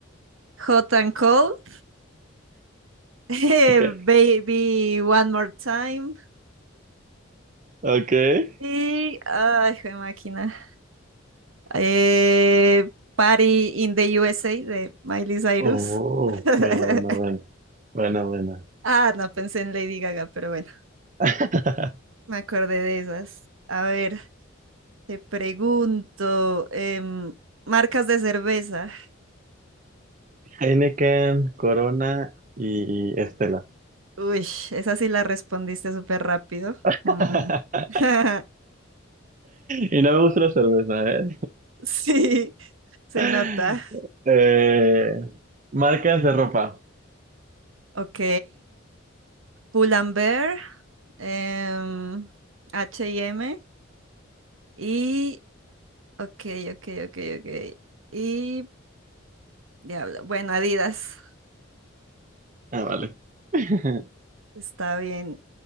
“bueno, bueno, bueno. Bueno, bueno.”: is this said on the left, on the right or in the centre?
Right